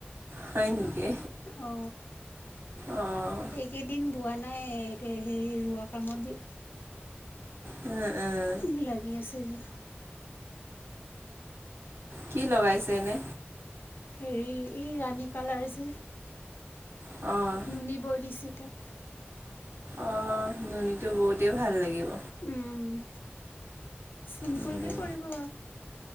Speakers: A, on the right (about 85°); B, on the left (about 60°).
A: হয় নেকি।
B: অ,
A: অঁ
B: এ কেইদিন বোৱা নাই, হেৰি ৰোৱা কামত
A: উম, উম,
B: বি- লাগি আছে যে।
A: কি লগাইছে, এনে?
B: হেৰি, এই ৰাণী কালাৰ যে।
A: অ,
B: নুন, বৈ দিছে তাত।
A: অ, নুনীটো বও তেইও ভাল লাগিব।
B: উম, চিম্পুল
A: উম,
B: কে কৰিব।